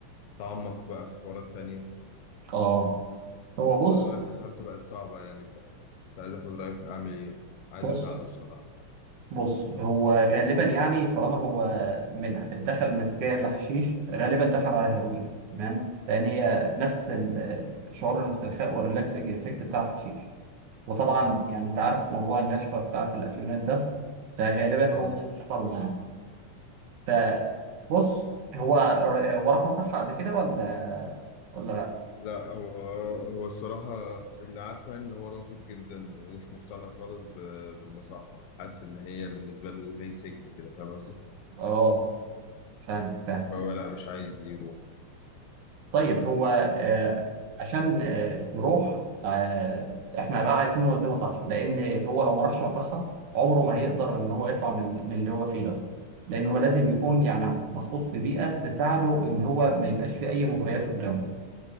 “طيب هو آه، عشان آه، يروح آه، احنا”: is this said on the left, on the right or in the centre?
Right